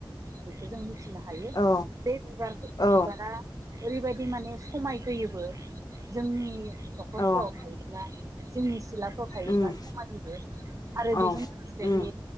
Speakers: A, on the right; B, on the left.
A: बेखौ जों मिथिनो ह हायो
B: औ
A: बे बिबार
B: औ
A: बिबारा ओरैबायदि माने समाय होयोबो जोंनि न'खरफोराव
B: औ
A: थायोब्ला जोंनि सिलाफ्राव थायोब्ला
B: उम
A: समानिबो आरो
B: औ
A: बेजों लोगोसे
B: उम
A: बे